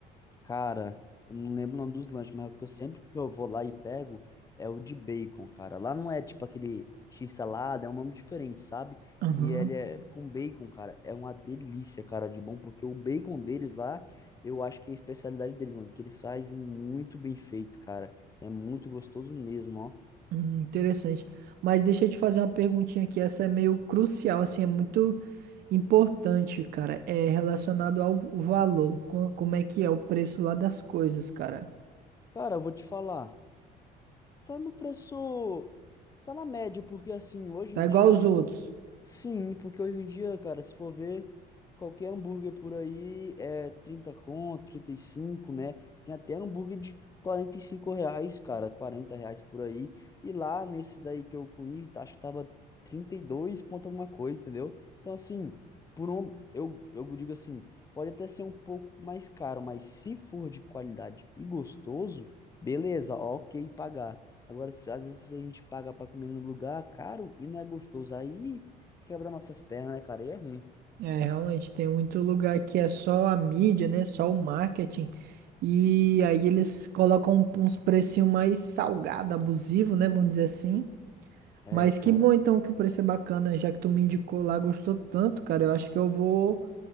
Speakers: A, on the left (about 20°); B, on the right (about 65°).
A: Cara, eu não lembro o nome dos lanches, mas o que eu sempre que eu vou lá e pego é o de bacon, cara. Lá não é tipo aquele x-salada, é um nome diferente, sabe?
B: Aham.
A: E ele é com bacon, cara. É uma delícia, cara, de bom, porque o bacon deles lá, eu acho que é a especialidade deles, mano, que eles fazem muito bem feito, cara. É muito gostoso mesmo, ó.
B: Hum, interessante. Mas deixa eu te fazer uma perguntinha aqui. Essa é meio crucial, assim, é muito importante, cara. É relacionado ao valor. Co- Como é que é o preço lá das coisas, cara?
A: Cara, eu vou te falar. Tá no preço. Tá na média, porque assim, hoje
B: Tá
A: em
B: igual
A: dia,
B: aos
A: você
B: outros.
A: né? Sim, porque hoje em dia, cara, se for ver, qualquer hambúrguer por aí é 30 conto, 35 né? Tem até hambúrguer de 45 reais, cara, 40 reais por aí. E lá nesse daí que eu comi, tá, acho que tava 32 ponto alguma coisa, entendeu? Então, assim, por um, eu, eu digo assim, pode até ser um pouco mais caro, mas se for de qualidade e gostoso, beleza, ok pagar. Agora, se- às vezes a gente paga pra comer num lugar caro e não é gostoso. Aí quebra nossas pernas, né, cara? E é ruim.
B: É, realmente, tem muito lugar que é só a mídia, né? Só o marketing. E aí eles colocam um, uns precinhos mais salgado, abusivo, né? Vamos dizer assim.
A: É,
B: Mas
A: cara.
B: que bom então que o preço é bacana, já que tu me indicou lá, gostou tanto, cara. Eu acho que eu vou.